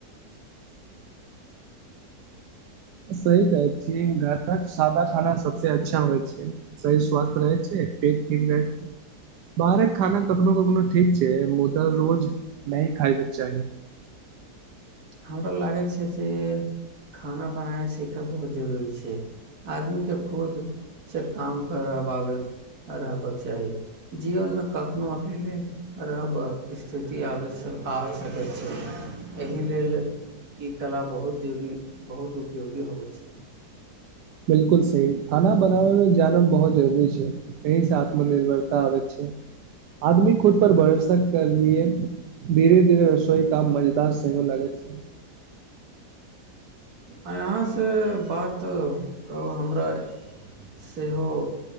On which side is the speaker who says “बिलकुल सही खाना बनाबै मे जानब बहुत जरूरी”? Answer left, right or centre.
Right